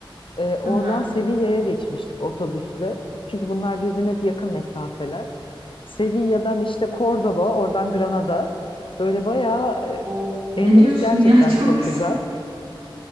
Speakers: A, on the left; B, on the right.
A: Ee, oradan
B: aha.
A: Sevilla'ya geçmiştik otobüsle. Çünkü bunlar birbirine hep yakın mesafeler. Sevilla'dan işte Cordoba, oradan Granada. Böyle bayağı
B: Oo, ne
A: Endülüs
B: diyorsun
A: gerçekten
B: ya <laughs> çok
A: çok
B: güzel.
A: güzel.